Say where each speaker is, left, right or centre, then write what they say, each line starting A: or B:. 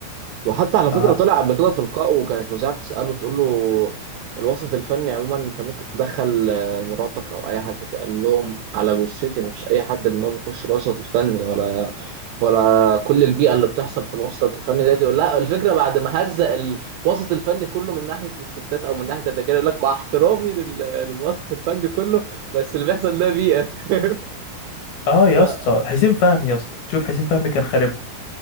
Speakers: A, on the right; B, on the left.
A: وحتى على فكرة
B: اه
A: طلع قبل كده في لقاء وكانت مذيعة بتسأله تقول له الوسط الفني عموما انت ممكن تدخل آه، مراتك او اي حد فيه قال لهم على جثتي مفيش اي حد منهم يخش الوسط الفني ولا ولا كل البيئة اللي بتحصل في الوسط الفني ديت يقول لا الفكرة بعد ما هزق الوسط الفني كله من ناحية الستات او من ناحية الرجال يقول لك مع احترامي لل... للوسط الفني كله بس اللي بيحصل ده بيئة <laughs>
B: اه يا
A: ده
B: اسطى حسين فهمي يا اسطى شوف حسين فهمي كان خاربها